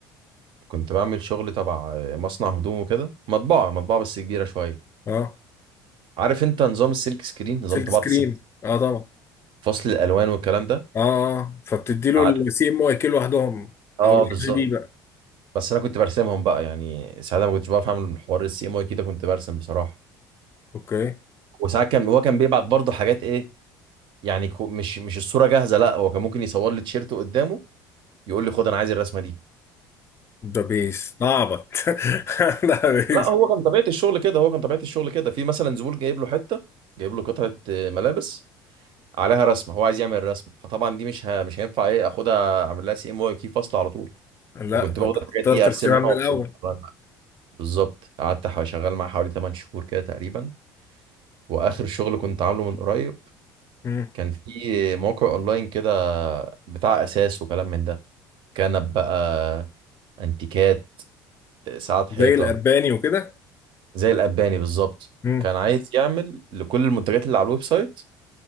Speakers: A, on the right; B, on the left.
A: كنت بعمل شغل تبع مصنع هدوم وكده مطبعة مطبعة بس كبيرة شوية
B: اه
A: عارف انت نظام السلك سكرين نظام
B: سلك
A: طباعة
B: سكرين
A: السلك
B: اه طبعا
A: فصل الألوان والكلام ده
B: اه آه. اه. فبتدي له
A: قعدت
B: السي ام واي كي لوحدهم
A: اه
B: او الار
A: بالظبط
B: جي بي بقى
A: بس انا كنت برسمهم بقى يعني ساعتها ما كنتش بعرف اعمل حوار السي ام واي كده كنت برسم بصراحة
B: اوكي
A: وساعات كان هو كان بيبعت برضه حاجات ايه يعني كو- مش مش الصورة جاهزة لا هو كان ممكن يصور لي تيشيرت قدامه يقول لي خد انا عايز الرسمة دي
B: ده بيس اعبط <laughs> ده بيس
A: لا هو كان طبيعة الشغل كده هو كان طبيعة الشغل كده في مثلا زبون جايب له حتة جايب له قطعة آه، ملابس عليها رسمه هو عايز يعمل رسمه فطبعا دي مش ه... مش هينفع ايه اخدها اعمل لها سي ام واي كي فصل على طول
B: لا
A: فكنت
B: فانت
A: باخد الحاجات
B: اخترت
A: دي ارسمها
B: الخيار من
A: وابسطها
B: الاول
A: بالظبط قعدت ح- شغال معاه حوالي 8 شهور كده تقريبا واخر شغل كنت عامله من قريب
B: مم.
A: كان في موقع اونلاين كده بتاع اساس وكلام من ده كنب بقى انتيكات ساعات حيطه
B: زي الاباني وكده
A: زي الاباني بالظبط
B: مم.
A: كان عايز يعمل لكل المنتجات اللي على الويب سايت